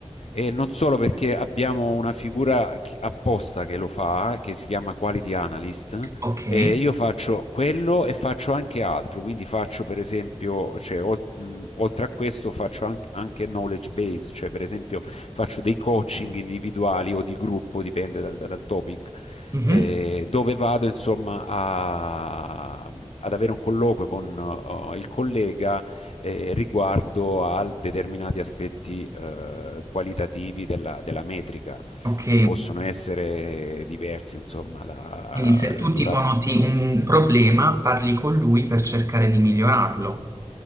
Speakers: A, on the left (about 70°); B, on the right (about 30°).
A: E non solo perché abbiamo una figura chi- apposta che lo fa, che si chiama Quality Analyst,
B: Ok.
A: e io faccio quello e faccio anche altro, quindi faccio per esempio, cioè, ol- mh, oltre a questo faccio an- anche knowledge base, cioè per esempio faccio dei coaching individuali o di gruppo, dipende dal, dal topic,
B: Mhm,
A: eh, dove vado insomma a- ad avere un colloquio con eh, il collega eh, riguardo a determinati aspetti eh, qualitativi della, della metrica,
B: Ok.
A: che possono essere diversi, insomma, la
B: Quindi se tu
A: dura-
B: tipo noti un problema, parli con lui per cercare di migliorarlo.